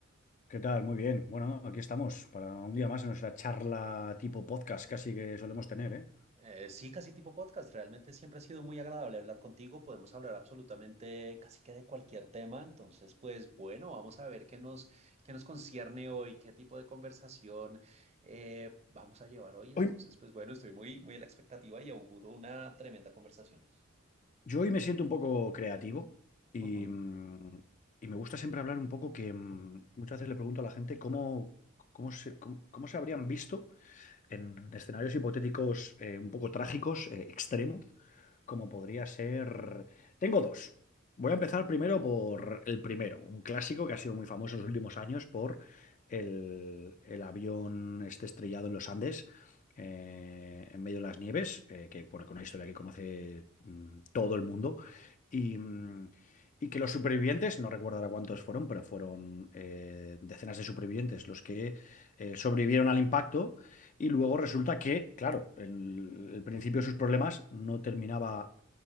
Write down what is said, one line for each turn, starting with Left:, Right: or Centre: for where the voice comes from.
Left: ¿Qué tal? Muy bien. Bueno, aquí estamos para un día más en nuestra charla tipo podcast casi que solemos tener, ¿eh?
Right: Eh, sí, casi tipo podcast. Realmente siempre ha sido muy agradable hablar contigo. Podemos hablar absolutamente casi que de cualquier tema. Entonces, pues bueno, vamos a ver qué nos, qué nos concierne hoy, qué tipo de conversación eh, vamos a llevar hoy. Entonces,
Left: Hoy,
Right: pues bueno, estoy muy, muy a la expectativa y auguro una tremenda conversación.
Left: yo hoy me siento un poco creativo y,
Right: Ujú,
Left: mm, y me gusta siempre hablar un poco que mm, muchas veces le pregunto a la gente cómo, cómo se, cómo, cómo se habrían visto en escenarios hipotéticos eh, un poco trágicos, eh, extremos, como podría ser... Tengo dos. Voy a empezar primero por el primero, un clásico que ha sido muy famoso en los últimos años por el, el avión este estrellado en los Andes, eh, en medio de las nieves, eh, que bueno, que una historia que conoce mm, todo el mundo. Y, mm, y que los supervivientes, no recuerdo ahora cuántos fueron, pero fueron eh, decenas de supervivientes los que eh, sobrevivieron al impacto y luego resulta que, claro, el, el principio de sus problemas no terminaba,